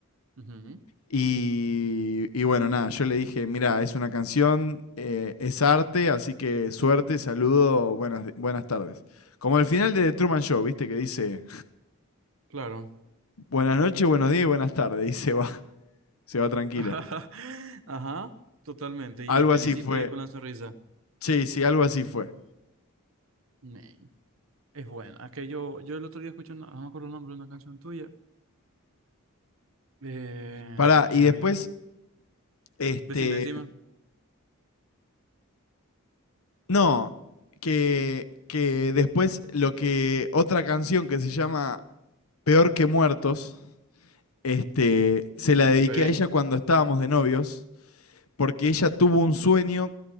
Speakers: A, on the right (about 65°); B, on the left (about 80°).
A: ujú,
B: Y, y bueno, nada, yo le dije, mira, es una canción, eh, es arte, así que suerte, saludo, buenas, buenas tardes. Como el final de The Truman Show, ¿viste? Que dice,
A: claro.
B: buenas noches, buenos días y buenas tardes, y se va, <laughs> se va tranquilo.
A: <laughs> Ajá, totalmente. Y,
B: Algo
A: y felicito
B: así fue.
A: ahí con la sonrisa.
B: Sí, sí, algo así fue.
A: Man, es bueno Es que yo, yo el otro día escuché, una- no me acuerdo el nombre de una canción tuya Eh,
B: Pará,
A: que
B: y después,
A: me...
B: este,
A: Decime, decime.
B: no, que, que después lo que, otra canción que se llama Peor que Muertos, este, se la dediqué
A: Ok,
B: a ella cuando estábamos de novios. porque ella tuvo un sueño